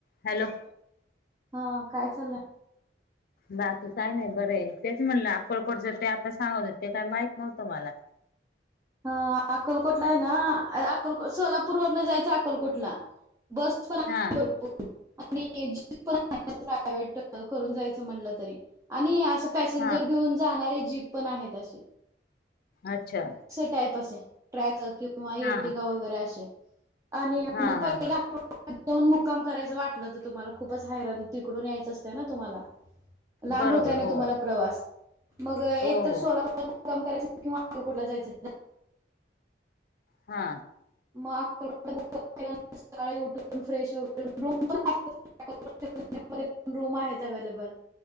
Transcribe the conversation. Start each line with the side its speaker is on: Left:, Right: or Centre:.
Left: Hello.
Right: हा काय चाललंय?
Left: बाकी काही नाही बरं हाय तेच म्हणलं अक्कलकोटच ते आता सांगत ते काही माहित नव्हतं मला.
Right: ह अकलकोटला है ना अकल सोलापूर वरन जायचं अकलकोटला. बस पण
Left: हा.
Right: <unintelligible> प्रायव्हेट करून जायच म्हणलं तरी आणि अस. पॅसेंजर
Left: हा
Right: घेऊन जाणारे जीप पण आहेत असे.
Left: अच्छा.
Right: <unintelligible> ट्रॅक किंवा इरटीका
Left: हा
Right: वगैरे असे आणि
Left: हा
Right: म प
Left: हा हा
Right: दोन मुक्काम करायचं वाटलं तर तुम्हाला खूपच हैराण तिकडून यायचं असतं ना तुम्हाला. लांब
Left: बरोबर
Right: होतय ना
Left: हो
Right: तुम्हाला प्रवास मग एक
Left: हो
Right: तर
Left: हो
Right: सोलापूर <unintelligible> मुक्काम करायच किंवा अक्कलकोट जायचं.
Left: हा.
Right: <unintelligible> <unintelligible> रूम आहेत अवेलेबल.